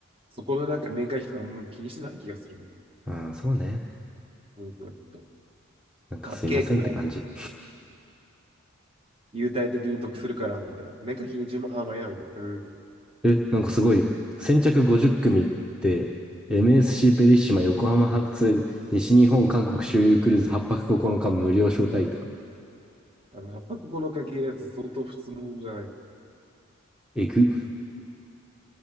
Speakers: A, on the right; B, in the centre.
A: そこのなんか年会費とかもう気にしてない気がするね。
B: うん、そうね。
A: で、こういうのと
B: なんかすいませんって感じ。
A: かっけえから、優待的に得するから、みたいな。年会費10万、あまあいいや、みたいな。うん、みたい
B: え、なんかすごいよ。先着50組って、MSC ベリッシマ横浜発西日本韓国周遊クルーズ8泊9日無料招待とか。
A: な。あの、やっぱここの家系のやつ相当普通物じゃない。
B: えぐ。